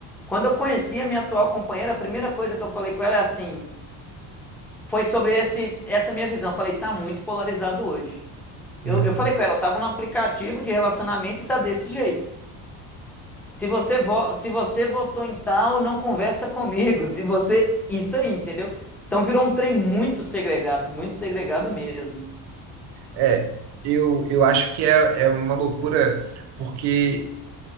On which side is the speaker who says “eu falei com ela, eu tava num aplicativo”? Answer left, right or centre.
Centre